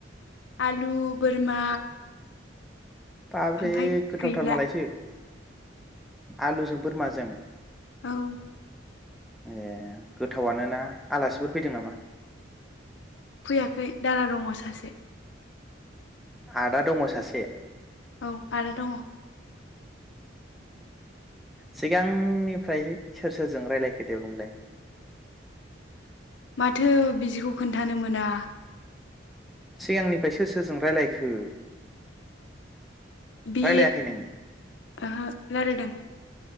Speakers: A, on the left; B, in the centre.
A: आलु बोरमा
B: बाबरे
A: ओमफ्राय
B: गोथावथार
A: गैला
B: मालायसो। आलुजों बोरमाजों।
A: औ
B: ए गोथावानो ना। आलासिफोर फैदों नामा?
A: फैयाखै दादा दङ सासे
B: आदा दङ सासे
A: औ आदा दङ
B: सिगांनिफ्राय सोर सोरजों रायलायखोदे बुंलाय
A: माथो बिदिखौ खोन्थानो मोना
B: सिगांनिफ्राय सोर सोरजों रायलायखो
A: बे
B: रायलायाखै नोङो
A: ओहो रायलायदों